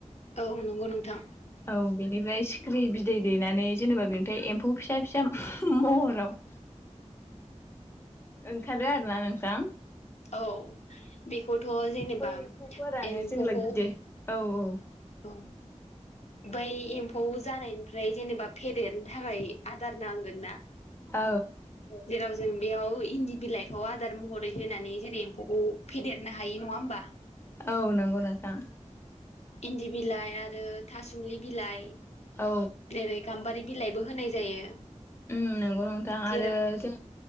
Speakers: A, on the left; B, on the left.
A: औ नंगौ नोंथां
B: औ बिनिफ्राय सिख्रि बिद दै दैनानै जेनेबा बेनिफाय एमफौ फिसा फिसा महराव ओंखारो आरोना नोंथां।
A: औ बेखौथ' जेनेबा
B: बै एम्फौफोरानो
A: एम्फौखौ
B: जेनेबा गिदिर औ औ
A: औ बै एम्फौ जानायनिफ्राय जेनेबा फेदेदनो थाखाय आदार नांगोन ना।
B: औ
A: जेराव जों बेयाव इन्दि बिलाइखौ आदार महरै होनानै जेरै एमफौखौ फेदेरनो हाय नङा होमबा?
B: औ नोंगौ नोंथां।
A: इन्दि बिलाइ आरो थासुमलि बिलाइ
B: औ
A: जेरै गाम्बारि बिलाइबो होनाय जायो।
B: उम नोंगौ नोंथां
A: जेराव
B: आरो जों